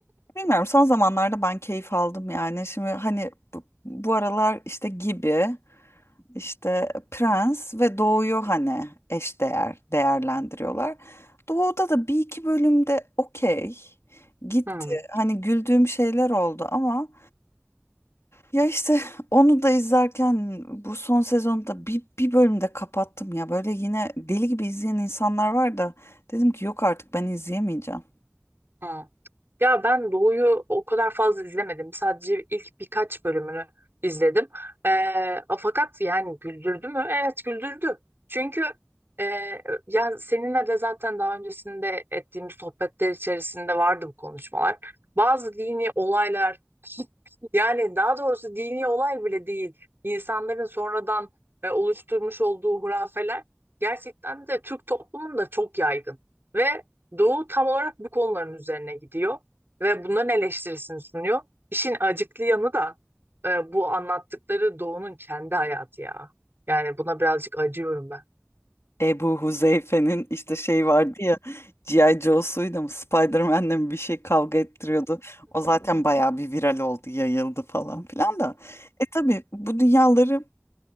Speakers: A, on the left; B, on the right.
A: Bilmiyorum son zamanlarda ben keyif aldım yani. Şimdi hani bu, bu aralar işte gibi İşte Prens ve Doğu'yu hani eşdeğer değerlendiriyorlar. Doğu'da da bir iki bölümde okey gitti.
B: Hmm.
A: Hani güldüğüm şeyler oldu ama ya işte <laughs> onu da izlerken bu son sezonda bir, bir bölümde kapattım ya. Böyle yine deli gibi izleyen insanlar var da dedim ki yok artık ben izleyemeyeceğim.
B: Hmm. Ya ben Doğu'yu o kadar fazla izlemedim. Sadece ilk birkaç bölümünü izledim. Ee, fakat yani güldürdü mü? Evet güldürdü. Çünkü e, ya seninle de zaten daha öncesinde ettiğimiz sohbetler içerisinde vardı bu konuşmalar. Bazı dini olaylar yani daha doğrusu dini olay bile değil. İnsanların sonradan e, oluşturmuş olduğu hurafeler gerçekten de Türk toplumunda çok yaygın. Ve Doğu tam olarak bu konuların üzerine gidiyor ve bunların eleştirisini sunuyor. İşin acıklı yanı da e, bu anlattıkları Doğu'nun kendi hayatı ya. Yani buna birazcık acıyorum ben.
A: Ebu Huzeyfe'nin işte şey vardı ya G.I. Joe'suyla mı Spider-Man'le mi bir şey kavga ettiriyordu. O zaten bayağı bir viral oldu, yayıldı falan filan da. E tabii bu dünyaları